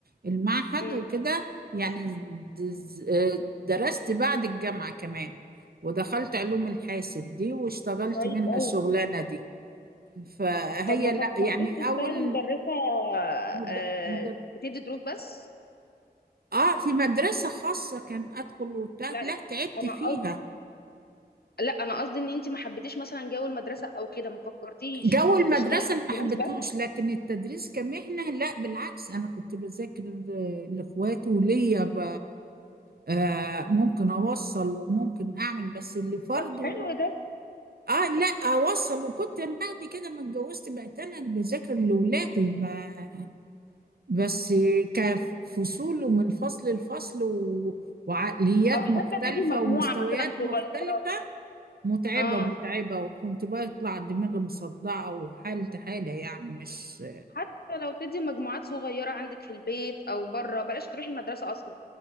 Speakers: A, on the right; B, on the left.
A: المعهد
B: مم.
A: وكده يعني دز- درست بعد الجامعة كمان ودخلت علوم الحاسب دي واشتغلت
B: كويس
A: منها
B: أوي.
A: الشغلانة دي فهي
B: طب ما فكرتش
A: لا يعني
B: تشتغلي
A: أول
B: مدرسة
A: مد...
B: آه،
A: مدر...
B: بتدي دروس بس
A: اه في مدرسة خاصة كان ادخل وبتاع
B: لا
A: لا
B: لا
A: تعبت
B: انا
A: فيها
B: قصدي لا انا قصدي ان انت ما حبيتيش مثلا جو المدرسة او كده ما فكرتيش
A: جو المدرسة
B: تشتغلي
A: اللي
B: في الدروس
A: ما حبيتهوش
B: بس
A: لكن التدريس كمهنة لا بالعكس انا كنت بذاكر ل- لاخواتي وليا ب... آه ممكن اوصل وممكن اعمل بس اللي فرضه
B: طب حلو ده
A: اه لا اوصل وكنت أنا بعد كده ما اتجوزت بقيت انا اللي بذاكر لاولادي ما بس كفصول ومن فصل لفصل و... وعقليات
B: او حتى
A: مختلفة
B: تدي مجموعة
A: ومستويات
B: مثلا صغيرة
A: مختلفة متعبة
B: اه
A: متعبة وكنت بطلع دماغي مصدعة وحالة حالة يعني مش
B: حتى لو تدي مجموعات صغيرة عندك في البيت او بره بلاش تروحي المدرسة اصلا